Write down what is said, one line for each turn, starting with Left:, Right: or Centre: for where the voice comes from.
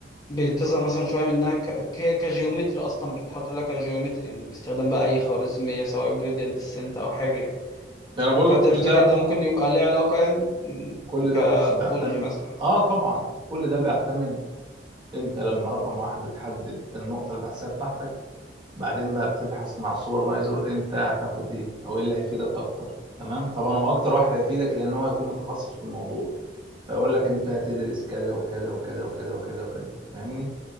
Left: بتظهر مثلا شويه منها ك... ك... كجيومتري اصلا بتحاول تحلها كجيومتري يعني باستخدام بقى اي خوارزميه سواء جريدينت ديسنت او حاجه يعني.
Right: انا بقول
Left: فتفتكر
Right: لك كل ده
Left: ده ممكن يبقى ليه علاقة يعني مم،
Right: كل
Left: كتوبولوجي
Right: ده بص بيعتمد
Left: مثلا
Right: اه طبعا كل ده بيعتمد انت لما رقم واحد بتحدد النقطة البحثية بتاعتك بعدين بقى بتبحث مع السوبرفايزر انت هتاخد ايه او ايه اللي هيفيدك اكتر تمام طبعا هو اكتر واحد هيفيدك لان هو هيكون متخصص في الموضوع فيقول لك انت هتدرس كذا وكذا وكذا وكذا وكذا وكذا فاهمني